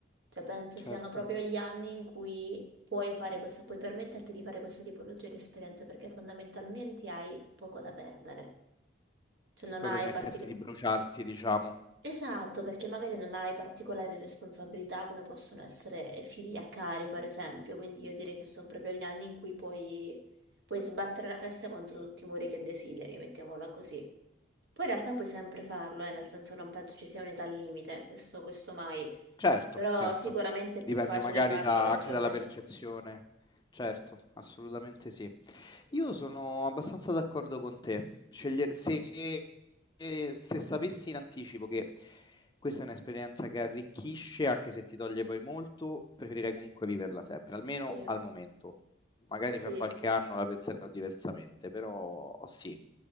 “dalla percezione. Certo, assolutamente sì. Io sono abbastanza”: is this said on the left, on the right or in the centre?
Left